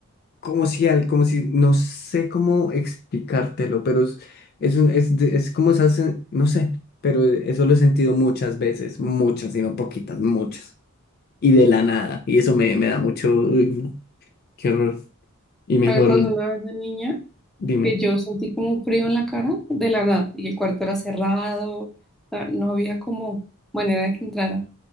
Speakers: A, on the left (about 45°); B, in the centre.
A: como si, al, como si, no sé cómo explicártelo, pero es, es, un- es, de- es como esas, sen- no sé, pero eso lo he sentido muchas veces, muchas, y no poquitas, muchas, y de la nada, y eso me, me da mucho, uy, no, qué horror, y mejor,
B: A mí me pasó una vez de niña
A: dime,
B: que yo sentí como un frío en la cara de la nada y el cuarto era cerrado, o sea, no había como manera de que entrara.